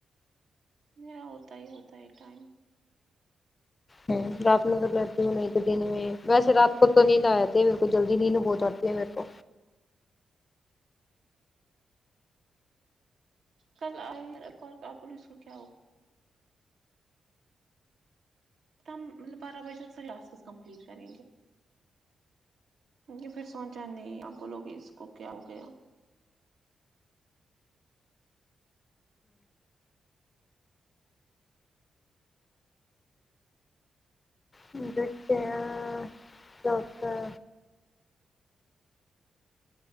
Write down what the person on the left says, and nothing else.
ہمم لب ل لتےنے ایک دن میں ویسے رات کو تو نیند آجاتی ہے میںکو جلدی نیند بہت اتی ہے میں کو
<unintelligible> دیکھتے ہیں